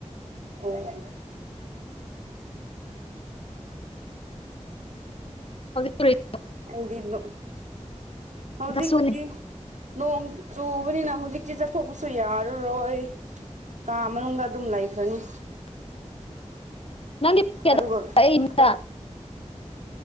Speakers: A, on the right; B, on the left.
A: ꯑꯣ ꯑꯣ
B: ꯍꯧ <unintelligible> <inaudible>
A: ꯑꯩꯗꯤ <inaudible> ꯍꯧꯥꯎꯖꯤ
B: ꯁꯨꯅꯤ
A: ꯏꯇ ꯅꯣꯡ ꯆꯨꯕꯅꯤꯅ ꯍꯧꯖꯤꯛꯇꯤ ꯆꯠꯊꯣꯛꯄꯁꯨ ꯌꯥꯔꯔꯣꯏ ꯀꯥ ꯃꯅꯨꯡꯗ ꯑꯗꯨꯝ ꯂꯩꯈ꯭ꯔꯅꯤ
B: <unintelligible> <inaudible> ꯅ
A: ꯑꯗꯨꯒ
B: ꯏ
A: ꯈꯔ
B: <unintelligible> <inaudible>